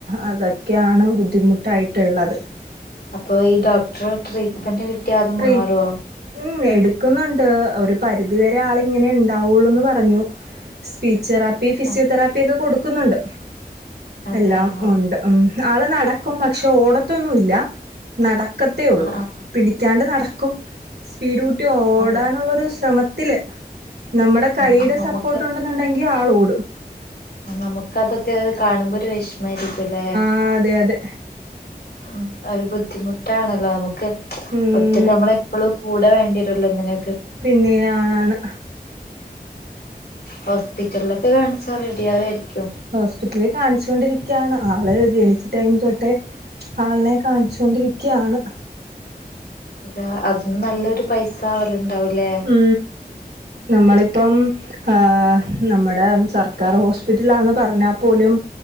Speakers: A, on the right; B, on the left.
A: അതൊക്കെയാണ്‌ ബുദ്ധിമുട്ടായിട്ടുള്ളത്.
B: അപ്പൊ ഈ ഡോക്ടറ ട്രീറ്റ്മെന്റ് കിട്ടിയ അത്
A: ട്രീ
B: മാറോ?
A: ഉം, എടുക്കുന്നുണ്ട് ഒരു പരിധി വരെ ആളു ഇങ്ങനെ ഉണ്ടാവുള്ളൂന്ന് പറഞ്ഞു. സ്പീച്ച് തെറാപ്പി, ഫിസിയോതെറാപ്പി,
B: ആ
A: ഒക്കെ കൊടുക്കുന്നുണ്ട്
B: അതെ
A: എല്ലാം
B: ആ
A: ഒണ്ട്. ഉം ആള് നടക്കും പക്ഷെ ഓടത്തൊന്നുല്ലാ നടക്കത്തേ ഉള്ളൂ.
B: ആ ആ
A: റ്റാണ്ട് നടക്കും. സ്പീഡ് കൂട്ടി ഓടാനുള്ള
B: അതെ
A: ഒരു ശ്രമത്തില് നമ്മുടെ കൈയുടെ
B: ആ നമുക്ക്
A: സപ്പോർട്ട് കൊണ്ട് ണ്ടെങ്കിൽ ആള് ഓടും
B: നമുക്ക് അതൊക്കെ കാണുമ്പോ ഒരു വിഷമമായിരിക്കുംല്ലേ.
A: ആ അതെ അതെ
B: ഉം ഒരു ബുദ്ധിമുട്ടാണല്ലോ നമുക്ക്.
A: ഉം
B: മറ്റേത് നമ്മള എപ്പോഴും കൂടെ വേണ്ടിരുള്ളൂ ഇങ്ങനെ
A: പിന്നെ ആണാണ്.
B: ഹോസ്പിറ്റലിലൊക്കെ കാണിച്ചാൽ റെഡിയാവേരിക്കും.
A: ഹോസ്പിറ്റലിൽ കാണിച്ചു കൊണ്ടിരിക്കാണ് ആള് ജനിച്ച ടൈം തൊട്ടേ ആളിനെ കാണിച്ചൊണ്ടിരിക്കാണ്‌.
B: അ അതും നല്ലൊരു പൈസ ആവലുണ്ടാവൂലെ.
A: ഉ നമ്മളിപ്പം ഹാ നമ്മടെ സർ ക്കാർ ഹോസ്പിറ്റലാന്ന് പറഞ്ഞാ പോലും